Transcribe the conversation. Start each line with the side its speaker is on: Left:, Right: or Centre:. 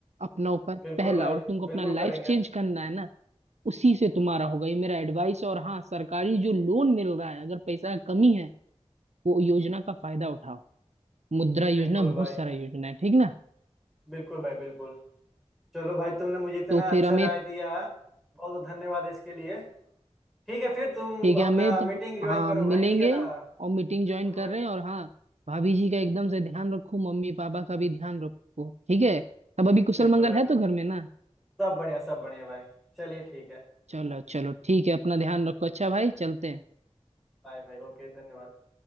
Right: अपना ऊपर
Centre: बिल्कुल
Right: पहला
Centre: भाई
Right: और तुमको अपना
Centre: बिल्कुल
Right: लाइफ
Centre: करेंगे
Right: चेंज करना है ना उसी से तुम्हारा होगा ये मेरा एडवाइस और हाँ सरकारी जो लोन मिल रहा है अगर पैसा कमी है वो योजना का फायदा उठाओ मुद्रा योजना
Centre: बिल्कुल
Right: बहुत
Centre: भाई
Right: सारा योजना है ठीक ना
Centre: बिल्कुल भाई बिल्कुल चलो भाई तुमने मुझे इतना
Right: तो फिर
Centre: अच्छा
Right: हमें
Centre: राय दिया बहुत बहुत धन्यवाद इसके लिए ठीक है फिर तुम
Right: ठीक है अमित
Centre: अपना मीटिंग ज्वाइन
Right: हाँ
Centre: करो
Right: मिलेंगे
Centre: भाई ठीक है ना
Right: और मीटिंग
Centre: बिल्कुल
Right: ज्वाइन कर
Centre: भाई
Right: रहे हैं और हाँ भाभी जी का एकदम से ध्यान रखो मम्मी पापा का भी ध्यान रखो ठीक है अब अभी कुशल
Centre: बिल्कुल
Right: मंगल
Centre: भाई
Right: है
Centre: बिल्कुल
Right: तो घर में ना
Centre: सब बढ़िया सब बढ़िया भाई चलिए ठीक है
Right: चलो चलो ठीक है अपना ध्यान रखो अच्छा भाई चलते हैं
Centre: बाय भाई ओके धन्यवाद